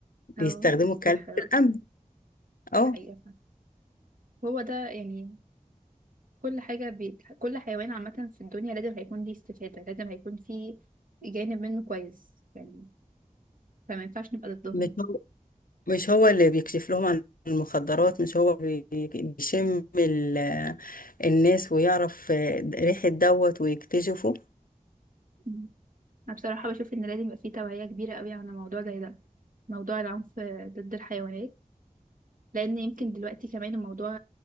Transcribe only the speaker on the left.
بيستخدموا الكلب
في الأمن اه
مش هو مش هو اللي بيكشف لهم عن المخدرات مش هو بي- بيشم ال... الناس ويعرف آه، ريحة دوت ويكتشفه